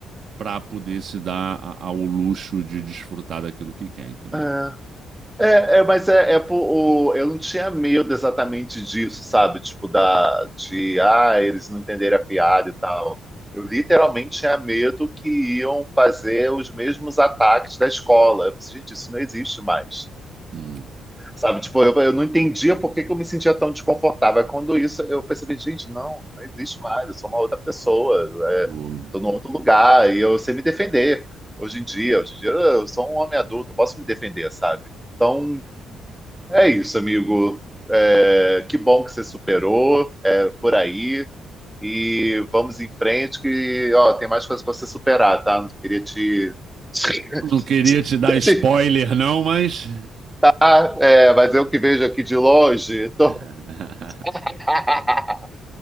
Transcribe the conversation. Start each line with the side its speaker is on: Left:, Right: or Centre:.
Right: para poder se dar a- ao luxo de desfrutar daquilo que quer, entendeu?
Centre: É. É, é, mas é, é por- o, eu não tinha medo exatamente disso, sabe? Tipo, da, de, ah, eles não entenderem a piada e tal. Eu literalmente tinha medo que iam fazer os mesmos ataques da escola. Eu falei, gente, isso não existe mais.
Right: Hum,
Centre: Sabe? Tipo, eu, eu não entendia por que que eu me sentia tão desconfortável. Aí Quando isso, eu percebi, gente, não, não existe mais. Eu sou uma outra pessoa. É,
Right: o-
Centre: tô num outro lugar e eu sei me defender. Hoje em dia, hoje em dia, eu sou um homem adulto, eu posso me defender, sabe? Então, é isso, amigo. É, que bom que você superou, é, por aí. E vamos em frente, que ó, tem mais coisas para você superar, tá? Não queria te. <laughs>
Right: Não queria te dar spoiler,
Centre: te
Right: não, mas.
Centre: dar, é, mas eu que vejo aqui de longe. tô-
Right: <laughs>
Centre: <laughs>